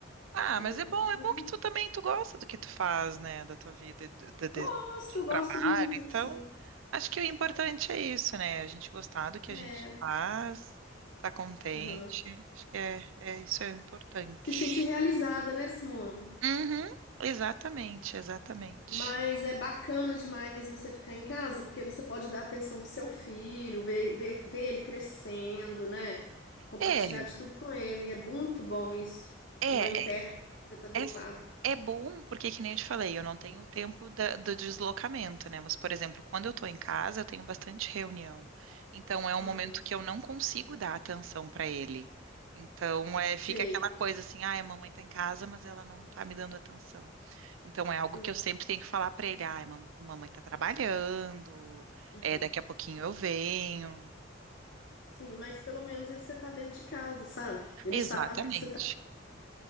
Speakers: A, on the right (about 85°); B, on the left (about 65°).
A: Ah,
B: É,
A: mas é bom, é
B: mas
A: bom que tu também tu gosta do que tu faz, né, da tua vida, e do- do- de,
B: gosto,
A: de
B: eu gosto
A: trabalho.
B: muito,
A: Então,
B: assim.
A: acho que o importante é isso, né? A gente gostar do que
B: É,
A: a gente faz, tá contente.
B: aham.
A: Acho que é, é isso é importante.
B: Se sentir realizada, né, Simone?
A: Uhum, exatamente, exatamente.
B: Mas é bacana demais você ficar em casa, porque você pode dar atenção pro seu filho, ver, ver, ver ele crescendo, né? Compartilhar
A: É,
B: de tudo com ele. E é muito bom isso.
A: é,
B: A mãe perto, você tá do
A: É,
B: lado.
A: é bom, porque que nem eu te falei, eu não tenho o tempo da- do deslocamento, né? Mas, por exemplo, quando eu tô em casa, eu tenho bastante reunião. Então, é um
B: Aham.
A: momento que eu não consigo dar atenção para ele. Então, é, fica
B: Sei,
A: aquela coisa assim, ah, a mamãe tá em casa, mas ela não tá me dando atenção. Então, é algo
B: sim,
A: que eu sempre tenho que falar para ele, ah, mam- mamãe tá trabalhando,
B: aham.
A: é, daqui a pouquinho eu venho.
B: Sim, mas pelo menos esse você tá dentro de casa, sabe? Ele
A: Exatamente.
B: sabe que você tá.